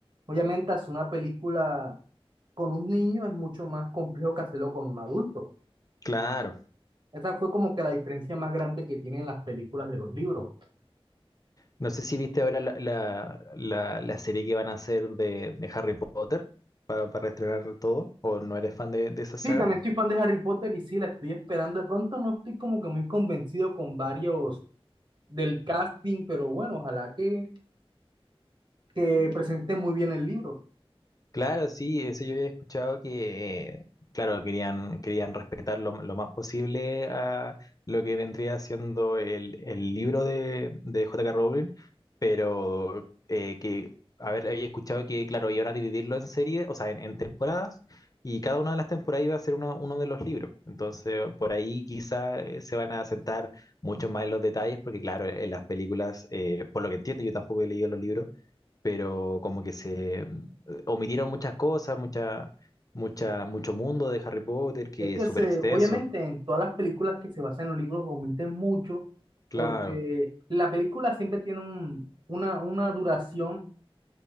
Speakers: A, on the right; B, on the left.
A: obviamente hacer una película con un niño es mucho más complejo que hacerlo con un adulto.
B: Claro.
A: Esa fue como que la diferencia más grande que tienen las películas de los libros.
B: No sé si viste ahora la, la, la, la serie que van a hacer de, de Harry Potter para, para estrenar todo, o no eres fan de, de esa saga.
A: Sí, también soy fan de Harry Potter y sí, la estoy esperando. De pronto no estoy como que muy convencido con varios del casting, pero bueno, ojalá que, que presenten muy bien el libro.
B: Claro, sí, eso yo había escuchado que, eh, claro, querían, querían respetar lo, lo más posible a lo que vendría siendo el, el libro de, de J.K. Rowling, pero eh, que, a ver, había escuchado que, claro, iban a dividirlo en series, o sea, en, en temporadas, y cada una de las temporadas iba a ser uno, uno de los libros. Entonces, por ahí quizá eh, se van a sentar mucho más en los detalles, porque, claro, en las películas, eh, por lo que entiendo, yo tampoco he leído los libros pero como que se eh, omitieron muchas cosas, mucha, mucha, mucho mundo de Harry Potter que
A: Es que
B: es súper
A: se,
B: extenso.
A: obviamente en todas las películas que se basan en los libros omiten mucho
B: Claro,
A: porque la película siempre tiene un- una, una duración